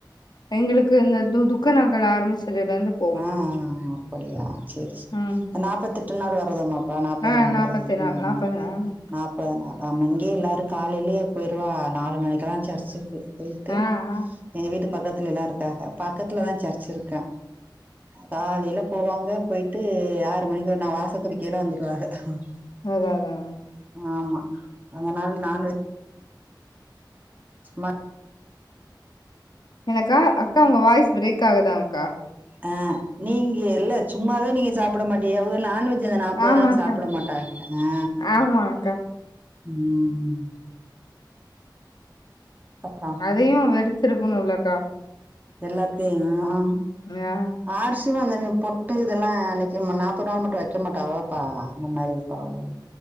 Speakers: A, on the left (about 60°); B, on the right (about 20°).
A: எங்களுக்கு இந்த துக்க நாக்கல் ஆரம்பிச்சதுல இருந்து போவோ
B: அ ஆ அப்படியா செரி செரி
A: ம்
B: நாப்பத் எட்டு நாள் வேரதமா பா நாப்பது
A: ஆ
B: நாலு
A: நாப்பத்தி
B: உஉ
A: நாள் நாப்பது நாள் ஆமா
B: நாப் பனா ஆமா இங்கயே எல்லாரு காலேலே போயிருவா நாலு மணிக்குல்லா சர்ச்சிக்கு போயிட்டு
A: ஆ ஆ
B: எங்க வீட்டு பக்கத்துல எல்லா இருக்காங்க பக்கத்துல தா சர்ச் இருக்கா காலேல போவாங்க போயிட்டு ஆறு மணிக்கு ஒரு நா வாச தோளிக்கேழ வந்துருவாக ம்
A: அதா அதா அதா
B: ஆமா அதனால நான்வெஜ் சுமார்
A: எனக்கா அக்கா உங்க வாய்ஸ் பிரேக் ஆகுதா அக்கா
B: ஆ நீங்க இல்ல சும்மாவே நீங்க சாப்ட மாட்டீய அவுங்க நான்வெஜ் இந்த நாப்பது
A: ஆமாக்கா
B: நாள் சாப்ட மாட்டாக அ
A: ஆமா அக்கா
B: உம் பட்றா
A: அதையு வெறுத்துருக்குணு உள்ளக்கா
B: எல்லாத்தையு ஆ
A: ஞா
B: ஆர்சியு அந்தன்ன பொட்டு இதெல்லா அன்னைக்கு மன்னா நாற்பது நாள் மட்டு வைக்க மாட்டா அவ்லப்பா முன்னாரு தாயன்